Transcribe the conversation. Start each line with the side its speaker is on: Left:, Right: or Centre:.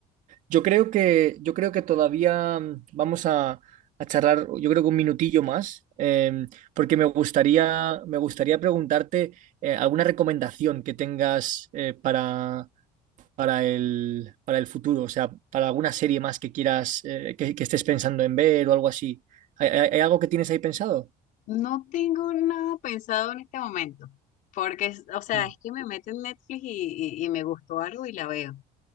Right: Yo creo que, yo creo que todavía mm, vamos a, a charlar, yo creo que un minutillo más, eh, porque me gustaría, me gustaría preguntarte eh, alguna recomendación que tengas eh, para, para el, para el futuro, o sea, para alguna serie más que quieras, eh, que, que estés pensando en ver o algo así. ¿Hay, hay- hay algo que tienes ahí pensado?
Left: No tengo nada pensado en este momento, porque, es- o sea,
Right: Mm.
Left: es que me meto en Netflix y, y y me gustó algo y la veo.